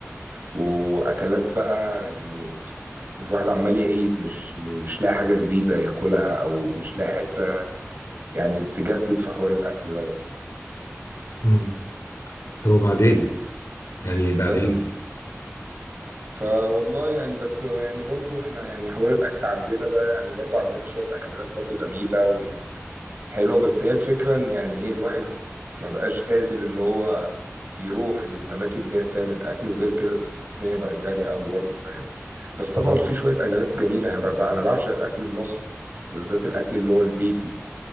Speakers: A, on the right (about 45°); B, on the left (about 70°).
A: وأكلات بقى يعني كل واحد عمال يعيد مش مش لاقي حاجة جديدة ياكلها أو مش لاقي حتة يعني تجدد في حوار الأكل دوت
B: امم طب وبعدين يعني بعدين
A: بس فوالله يعني بس يعني برضو احنا يعني حوار الاكل عندنا ده يعني برضو عندنا شوية اكلات برضو جميلة ويعني حلوة بس هي الفكرة ان يعني ايه الواحد ما بقاش قادر اللي هو يروح للاماكن اللي هي بتعمل اكل وغير كده الدنيا بقت غالية قوي برضو فاهم بس طبعا
B: مم.
A: في شوية اكلات جميلة يعني ببقى انا بعشق الاكل المصري وبالذات الاكل اللي هو البيتي